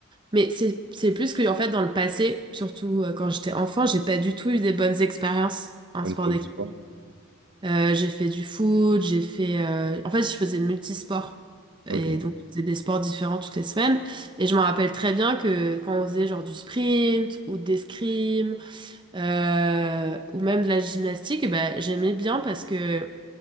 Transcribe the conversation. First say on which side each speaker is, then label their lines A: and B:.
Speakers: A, on the right; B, on the right.
A: Mais c'est c'est plus que en fait, dans le passé, surtout euh, quand j'étais enfant, j'ai pas du tout eu des bonnes expériences en
B: au
A: sport
B: niveau
A: d'équipe.
B: du sport?
A: Euh, j'ai fait du foot, j'ai fait. euh, En fait, je faisais multisport.
B: Ok.
A: Et donc, je faisais des sports différents toutes les semaines. Et je me rappelle très bien que quand on faisait genre du sprint ou des l'escrime euh, ou même de la gymnastique, eh ben, j'aimais bien parce que